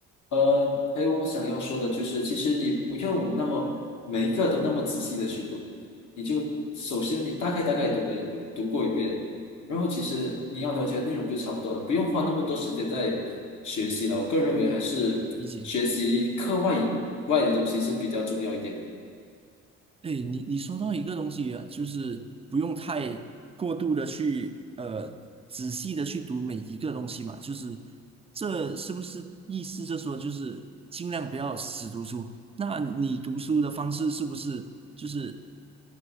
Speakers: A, on the left; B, on the right.
A: 呃，还有我想要说的就是，其实你不用那么每一个都那么仔细的去读，你就首先你大概大概读的一遍读过一遍，然后其实你要了解的内容就差不多了，不用花那么多时间在学习了。我个人认为还是学习课外以外的东西是比较重要一点的。
B: 理解。哎，你你说到一个东西啊，就是不用太过度的去呃仔细的去读每一个东西嘛，就是这是不是意思就说，就是尽量不要死读书？那你读书的方式是不是就是